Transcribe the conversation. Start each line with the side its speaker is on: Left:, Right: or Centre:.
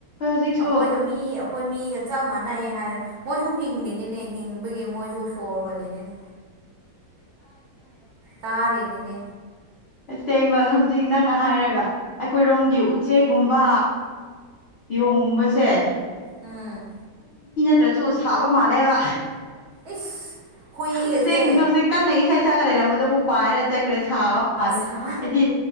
Left: ꯍꯧꯖꯤꯛꯁꯨ
Right: ꯑꯩꯈꯣꯏꯒ ꯃꯤ ꯑꯩꯈꯣꯏ ꯃꯤꯒ ꯆꯞ ꯃꯥꯟꯅꯩ ꯍꯥꯏꯅ ꯃꯣꯏꯁꯨ ꯍꯤꯡꯉꯤꯅꯤꯅꯦ ꯍꯤꯡ ꯗꯒꯤ ꯃꯣꯏꯣꯏꯁꯨ ꯁꯣꯔ ꯍꯜꯂꯤꯅꯦꯅꯦ ꯇꯥꯔꯦꯅꯦꯅꯦ
Left: ꯇꯦꯡ ꯕ ꯍꯧꯖꯤꯛ ꯅꯪꯅ ꯍꯥꯏꯔꯒ ꯑꯩꯈꯣꯏꯔꯣꯝꯒꯤ ꯎꯆꯦꯛꯒꯨꯝꯕ ꯌꯦꯣꯡꯒꯨꯝꯕꯁꯦ
Right: ꯎꯝ
Left: ꯇ꯭ꯔꯁꯨ ꯁꯥꯕ ꯃꯥꯜꯂꯦꯕ
Right: ꯏꯁ ꯍꯨꯏꯒꯁꯦ
Left: ꯎꯆꯦꯛꯁꯨ ꯎꯆꯦꯛ ꯀꯟꯅ ꯏꯁ ꯆꯥꯒ ꯂꯩꯔꯝꯕꯗ ꯑꯃꯨꯛ ꯄꯥꯏꯔ ꯆꯠꯈ꯭ꯔꯦ ꯁꯥꯕ ꯃꯥꯜꯂꯦ
Right: ꯁꯥ
Left: ꯍꯥꯏꯗꯤ